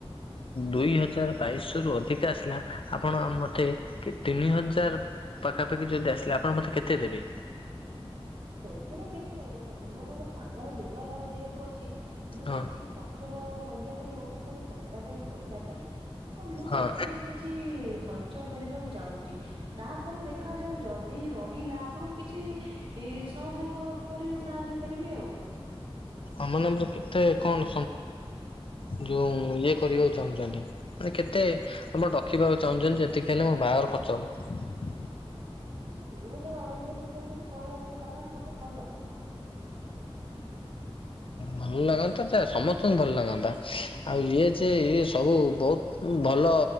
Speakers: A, on the left; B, on the right.
A: ଦୁଇ ହଜାର ବାଇଶ ରୁ ଅଧିକା ଆସିଲା ଆପଣ ମତେ ତିନି ହଜାର ପାଖାପାଖି ଯଦ ଆସିଲେ ଆପଣ ମତେ କେତେ ଦେବେ।
B: ସେଥିରେ କିଛି ନାହିଁ ଦେଖନ୍ତୁ ମୋର ଗୋଟେ ସାଙ୍ଗର ବିବାଘର ଯେହେତୁ ଅଛି ମୁଁ
A: ହଁ
B: କିଛି ଖର୍ଚ୍ଚ। କରିବା ପାଇଁ ମୋ ପାଖରେ ଟଙ୍କା ଟା ବି ପଇସା ନାହିଁ। ତ ମୁଁ
A: ହଁ
B: ସେଥିପାଇଁ କିଛି ସଞ୍ଚୟ କରିବାକୁ ଚାହୁଁଛି। ତାପରେ ଦେଖାଯାଉ ଯଦି ରହିଲା ଆପଣଙ୍କୁ କିଛି। ଏଇ ସହଯ କରିବି ସାହାଯ୍ୟ କରିବି ଆଉ।
A: ଆମାନମର କେତେ କଣ ଯୋଉ ଇଏ କରିବାକୁ ଚାହୁଁଛନ୍ତି। ମ କେତେ ଆମର ରଡଖିବାକୁ ଚାହୁଁଛନ୍ତି ଯେତିକି ହେଲେ ମୋ ବାହାଘ ଖର୍ଚ୍ଚ ହବ।
B: ଦିଇ ହଜାର ଅଢେଇଶରେ ଭିତରେ ଯଦି ପଳେଇ ଆସନ୍ତା ତାହେଲେ ମତେ ଭଲ ଲାଗନ୍ତା। <unintelligible>
A: ଭଲ ଲାଗନ୍ତା ଯେ ସମସ୍ତଙ୍କୁ ଭଲ ଲାଗନ୍ତା ଆଉ ଇଏ ଯେ ଇଏ ସବୁ ବହୁତ। ଭଲ